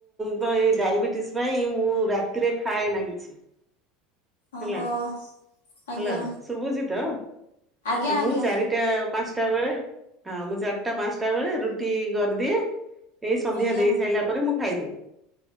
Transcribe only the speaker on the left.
ଓହୋ।
ଆଜ୍ଞା
ଆଜ୍ଞା
ଆଜ୍ଞା
ଆଜ୍ଞା